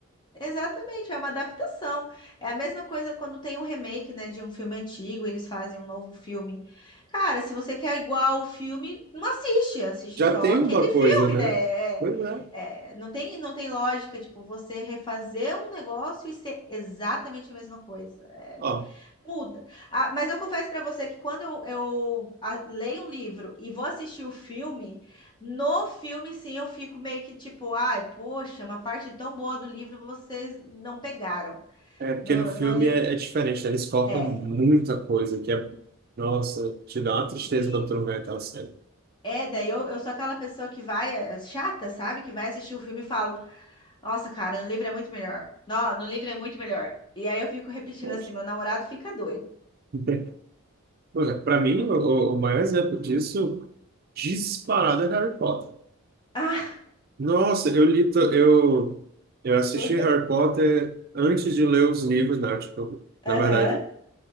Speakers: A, on the left (about 20°); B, on the right (about 45°).
A: Exatamente, é uma adaptação. É a mesma coisa quando tem um remake, né, de um filme antigo, eles fazem um novo filme. Cara, se você quer igual o filme, não assiste, assiste
B: Já
A: só
B: tem
A: aquele
B: uma coisa,
A: filme,
B: né?
A: né? É-
B: Pois é.
A: é, não tem, não tem lógica, tipo, você refazer um negócio e ser exatamente a mesma coisa. É,
B: Ó,
A: muda. Ah, mas eu confesso pra você que quando eu, eu, ah, leio um livro e vou assistir o filme. No filme, sim, eu fico meio que tipo, ai, poxa, uma parte tão boa do livro vocês não pegaram.
B: é porque
A: No,
B: no filme
A: Meu no li...
B: é,
A: Deus.
B: é diferente, né? Eles cortam
A: É,
B: muita coisa, que é... Nossa, te dá uma tristeza
A: e
B: quando tu não vê aquela série.
A: é, daí eu, eu sou aquela pessoa que vai, é, chata, sabe? Que vai assistir o filme e falo, nossa, cara, no livro é muito melhor. Não, no livro é muito melhor. E aí eu fico repetindo
B: Poxa.
A: assim, meu namorado fica doido.
B: <laughs> Pois é, Pra mim, o, o o maior exemplo disso, disparado, é Harry Potter.
A: Ah,
B: Nossa, eu li... to- Eu, eu
A: <laughs>
B: assisti
A: o-
B: Harry Potter antes de ler os livros, né? Tipo,
A: aham,
B: na verdade,